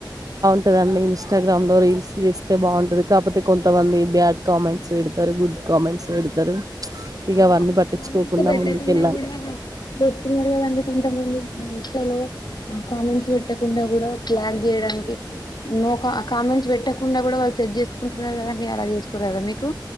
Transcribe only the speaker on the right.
ఉంటదండి ఇన్స్టాగ్రామ్ లో రీల్స్ చేస్తే బాగుంటది కాకపోతే కొంతమంది బ్యాడ్ కామెంట్స్ పెడతారు గుడ్ కామెంట్స్ పెడతారు ఇక
అవన్నీ
పట్టించుకోకుండా
ముందుకెళ్ళాలి